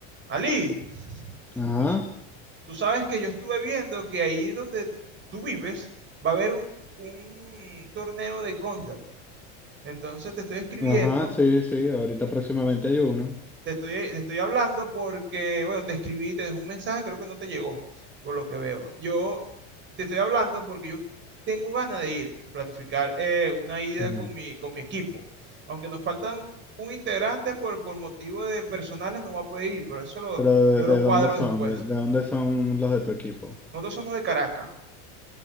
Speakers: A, on the right (about 35°); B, in the centre.
A: Ali,
B: Ajá,
A: tú, tú sabes que yo estuve viendo que ahí donde tú vives va a haber un, un torneo de Counter. Entonces te estoy escribiendo,
B: ajá, sí, sí, ahorita próximamente hay uno.
A: te estoy, te estoy hablando porque, bueno, te escribí, te dejé un mensaje, creo que no te llegó, por lo que veo. Yo te estoy hablando porque yo tengo ganas de ir, planificar eh, una ida
B: Mm.
A: con mi, con mi equipo. Aunque nos faltan un integrante por, por motivo de personales, no va a poder ir, pero eso lo,
B: Pero ¿de,
A: yo lo
B: de
A: cuadro
B: dónde son?
A: después.
B: ¿De, de dónde son los de tu equipo?
A: Nosotros somos de Caracas,